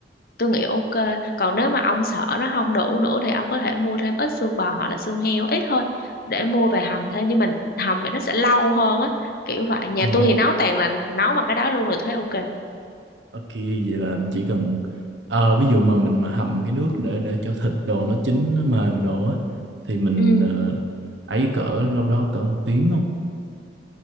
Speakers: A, on the left; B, on the right.
A: tôi nghĩ ok còn nếu mà ông sợ nó không đủ nữa thì ông có thể mua thêm ít xương bò hoặc là xương heo ít thôi để mua về hầm thêm nhưng mình hầm vậy nó sẽ lâu hơn á kiểu vậy nhà
B: Ờ,
A: tôi thì nấu toàn là nấu bằng cái đó luôn là tôi thấy ok
B: ok. Vậy là chỉ cần... Ờ, ví dụ mà mình mà hầm cái nước để để cho thịt đồ nó chín, nó mềm đồ á, thì mình
A: ừ
B: ờ, ấy cỡ lâu đó cỡ một tiếng không?